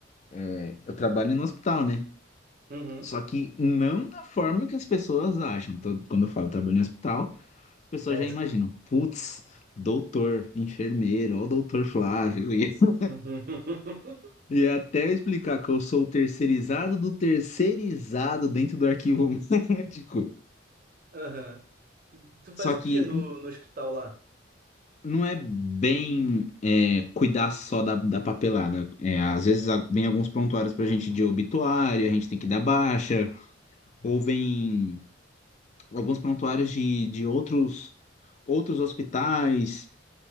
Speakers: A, on the left; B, on the right.
A: é, eu trabalho no hospital, né?
B: Uhum.
A: Só que não da forma que as pessoas acham. Tô- Quando eu falo trabalho no hospital, as pessoas
B: Médico.
A: já imaginam, putz, doutor, enfermeiro, ó o doutor Flávio. <laughs>
B: Uhum. <laughs>
A: E é até eu explicar que eu sou o terceirizado do terceirizado dentro do arquivo <laughs> médico.
B: Aham. Tu faz
A: Só
B: o
A: que
B: que no,
A: n-
B: no hospital lá?
A: não é bem é, cuidar só da, da papelada. É, às vezes a- vem alguns prontuários pra gente de obituário, a gente tem que dar baixa, ou vem alguns prontuários de, de outros, outros hospitais